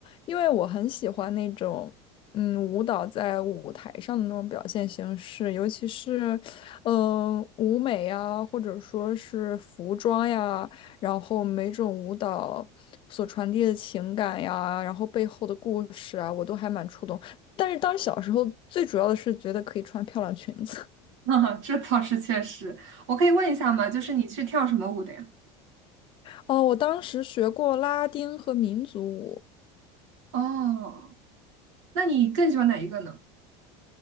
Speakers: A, on the left (about 35°); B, on the right (about 80°).
A: 因为我很喜欢那种，嗯，舞蹈在舞台上的那种表现形式，尤其是，嗯、舞美呀，或者说是服装呀，然后每种舞蹈所传递的情感呀，然后背后的故事啊，我都还蛮触动。但是当时小时候最主要的是觉得可以穿漂亮裙子。
B: <laughs> 这倒是确实。我可以问一下吗？就是你是跳什么舞的呀？
A: 哦，我当时学过拉丁和民族舞，
B: 哦，那你更喜欢哪一个呢？